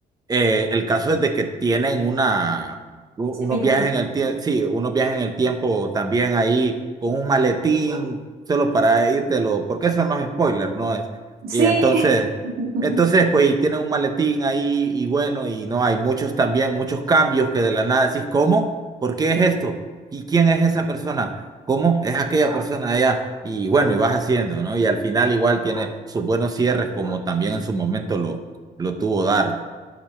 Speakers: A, on the right; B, on the right.
A: Eh, el caso es de que tienen una, u-
B: Similitud.
A: unos viajes en el tiempo, sí, unos viajes en el tiempo también ahí con un maletín, solo para lo porque eso no es spoiler, ¿no? Es,
B: Sí.
A: y entonces,
B: <laughs>
A: entonces, pues, y tienen un maletín ahí y bueno, y no, hay muchos también, muchos cambios que de la nada decís, ¿cómo? ¿Por qué es esto? ¿Y quién es esa persona? ¿Cómo es aquella persona de allá? Y bueno, y vas haciendo, ¿no? Y al final igual tiene sus buenos cierres, como también en su momento lo, lo tuvo Dark.